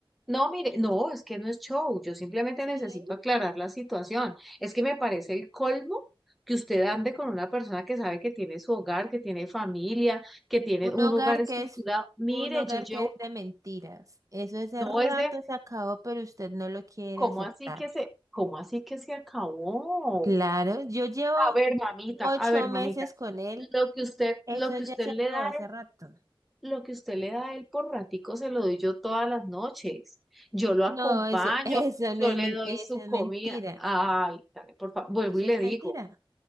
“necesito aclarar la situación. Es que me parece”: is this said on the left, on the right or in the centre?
Centre